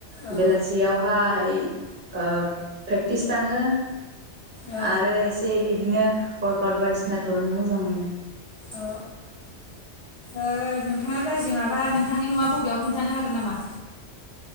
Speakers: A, on the left; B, on the right.
A: औ
B: बेलासियावहाय ओ प्रेक्टिस थाङो।
A: औ
B: आरो एसे इदिनो फार्कआउट बायदिसिना खालामनो मोजां मोनो।
A: औ ओ नोंथाङा गाज्रि मोनाबा नोंथांनि नङा बबेयाव खोन्थानो हागोन नामा?